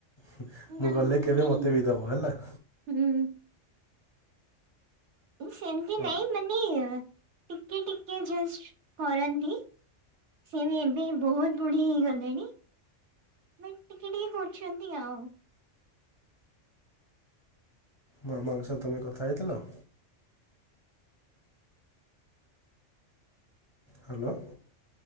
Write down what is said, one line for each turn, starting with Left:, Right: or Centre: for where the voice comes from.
Left: ହେ, ମୁଁ
Right: ନା
Left: ଗଲେ
Right: ମାନେ
Left: କେବେ ମତେ ବି ଦବ ହେଲା।
Right: ହୁଁ। ସେମିତି
Left: ହଁ
Right: ନାଇଁ ମାନେ ଟିକେ ଟିକେ ଜସ୍ କରନ୍ତି। ସିଏ ବି ଏବେ ବହୁତ ବୁଢ଼ି ହେଇଗଲେଣି। ମାନେ ଟିକେ ଟିିକେ କରୁଛନ୍ତି ଆଉ।
Left: ମା ମା ଙ୍କ ସହ ତମେ କଥା ହେଇଥିଲ? ହ୍ୟାଲୋ